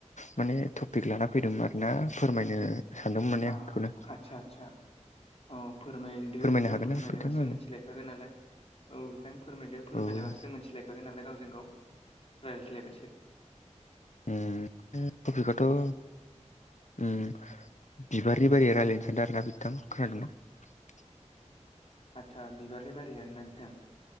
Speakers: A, on the left; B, on the left.
A: माने टपिक लाना फैदोंमोन आरोना फोरमायनो सानदोंमोन माने आं
B: आ
A: बेखौनो
B: आदसा आदसा अ फोरमायदो
A: फोरमायनो
B: बिथां
A: हागोन
B: फोरमायलायबासो
A: ना नोंथां आङो
B: मिथिलायखागोन नालाय औ बिथां फोरमायदो फोरमायलायबासो
A: ओ औ
B: मोनथिलायखागोन नालाय गावजों गाव रायज्लायबासो
A: उम टपिकगाथ' उम बिबारनि बारि रायलायनो सानदों आरो ना बिथां खोनादों ना <inaudible>
B: आदसा बिबारनि बारि आरोना बिथां